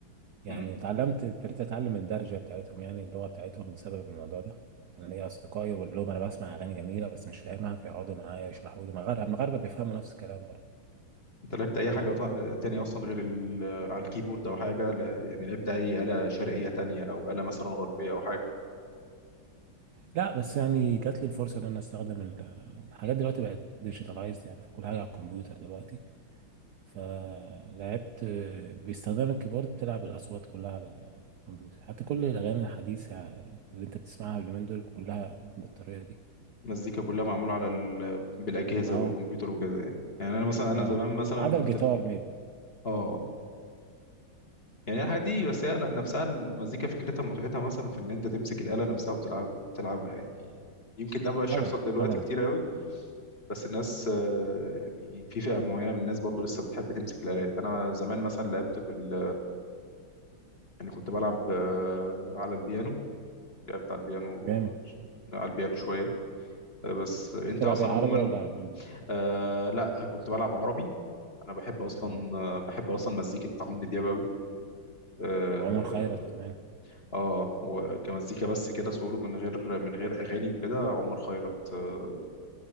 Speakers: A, on the right; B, on the left.
A: يعني
B: مم.
A: واتعلمت ابتديت أتعلم الدرجة بتاعتهم يعني اللغة بتاعتهم بسبب الموضوع ده كان ليا أصدقائي بقول لهم أنا بسمع أغاني جميلة بس مش فاهمها فيقعدوا معايا يشرحوا لي المغاربة المغاربة بيفهموا نفس الكلام برضه
B: انت لعبت اي
A: تمام
B: حاجه ط- تانية اصلا غير ال... على الكيبورد او حاجه لا... يعني لعبت اي آلة شرقيه تانية او آلة مثلا غربيه او حاجه
A: لا بس يعني جات لي الفرصه ان انا استخدم ال- الحاجات دلوقتي بقت ديجيتالايزد يعني فكل حاجه على الكمبيوتر دلوقتي فلعبت باستخدام الكيبورد بتلعب الاصوات كلها على الكمبيوتر حتى كل الاغاني الحديثه اللي انت بتسمعها اليومين دول كلها بالطريقه دي
B: المزيكا كلها معموله على ال... بالاجهزه
A: اه
B: والكمبيوتر وكده يعني يعني انا مثلا انا
A: اه
B: زمان مثلا
A: ما عدا
B: كنت
A: الجيتار
B: ال...
A: ميب
B: اه يعني الحاجات دي بس هي ن- نفسها المزيكا فكرتها متعتها مثلا في ان انت تمسك الآلة نفسها وتلعب وتلعبها يعني يمكن ده مبقاش
A: طبعا
B: يحصل دلوقتي
A: طبعا
B: كتير قوي بس الناس آه، يعني في فئة معينة من الناس برضو لسه بتحب تمسك الآلات أنا زمان مثلا لعبت بال يعني كنت بلعب آه، على البيانو لعبت على البيانو
A: جامد
B: على البيانو شوية آه، بس انت
A: بتلعب
B: اصلا
A: ايه عربي
B: عموما
A: ولا اجنبي بقى؟
B: آه لا كنت بلعب عربي انا بحب اصلا
A: اه
B: آه، بحب اصلا مزيكة عمرو دياب قوي اه
A: او عمر خيرت كمان
B: آه، وكمزيكا بس كده سولو من غير من غير اغاني وكده عمر خيرت آه